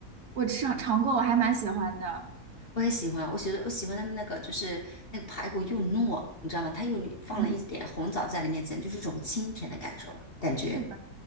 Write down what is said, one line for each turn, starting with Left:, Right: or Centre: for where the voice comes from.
Right: 我吃尝过，我还蛮喜欢的。
Left: 我也喜欢，我觉得我喜欢他们那个，就是那个排骨又糯，你知道吗？它又放了一点红枣在里面，
Right: 嗯，
Left: 简直就是一种清甜的感受，感觉。
Right: 是的，